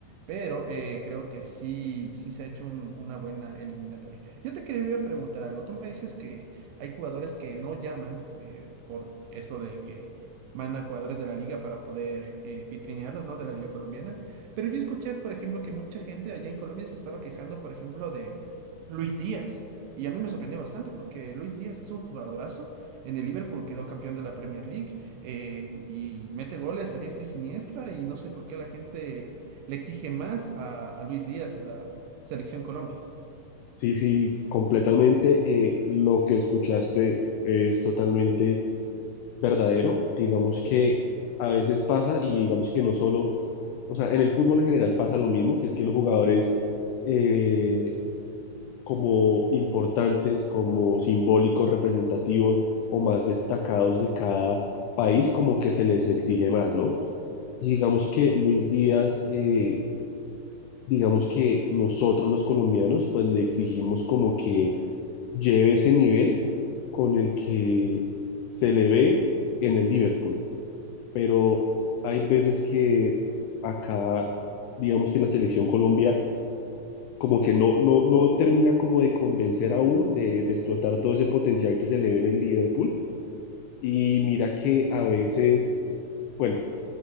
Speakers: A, on the right; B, on the left.
A: pero eh, creo que sí, sí se ha hecho un- una buena eliminatoria. Yo te quería preguntar algo. Tú me dices que hay jugadores que no llaman eh, por eso de que mandan jugadores de la liga para poder eh, vitrinearlos, ¿no? De la liga colombiana. Pero yo escuché, por ejemplo, que mucha gente allá en Colombia se estaba quejando, por ejemplo, de Luis Díaz. Y a mí me sorprendió bastante porque Luis Díaz es un jugadorazo. En el Liverpool quedó campeón de la Premier League eh, y mete goles a diestra y siniestra y no sé por qué la gente le exige más a, a Luis Díaz en la selección Colombia.
B: Sí, sí, completamente. eh, lo que escuchaste es totalmente verdadero. Digamos que a veces pasa y digamos que no solo, o sea, en el fútbol en general pasa lo mismo, que es que los jugadores eh, como importantes, como simbólicos, representativos o más destacados de cada país, como que se les exige más, ¿no? Y digamos que Luis Díaz, eh, digamos que nosotros los colombianos, pues le exigimos como que lleve ese nivel con el que se le ve en el Liverpool. Pero hay veces que acá, digamos que la selección Colombia como que no, no, no termina como de convencer aún de, de explotar todo ese potencial que se le ve en el Liverpool. Y mira que a veces, bueno,